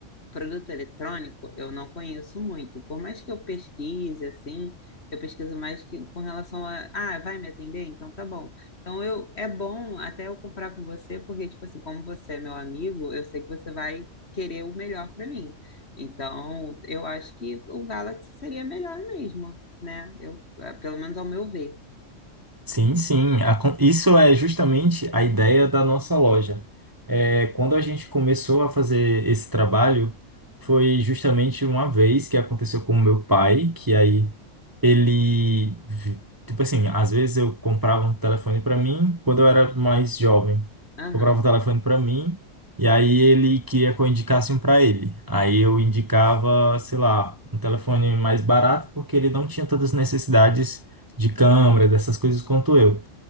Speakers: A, on the left (about 55°); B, on the right (about 20°).
A: Produto eletrônico eu não conheço muito. Por mais que eu pesquise, assim, eu pesquiso mais que com relação a, ah, vai me atender? Então tá bom. Então eu é bom até eu comprar com você, porque, tipo assim, como você é meu amigo, eu sei que você vai querer o melhor para mim. Então, eu acho que o Galaxy seria melhor mesmo, né? Eu, eh, pelo menos ao meu ver.
B: Sim, sim. A con- Isso é justamente a ideia da nossa loja. É, quando a gente começou a fazer esse trabalho, foi justamente uma vez que aconteceu com o meu pai, que aí ele, vi- tipo assim, às vezes eu comprava um telefone pra mim quando eu era mais jovem.
A: Aham.
B: Comprava um telefone pra mim e aí ele queria que eu indicasse um pra ele. Aí eu indicava, sei lá, um telefone mais barato porque ele não tinha todas as necessidades de câmera, dessas coisas quanto eu.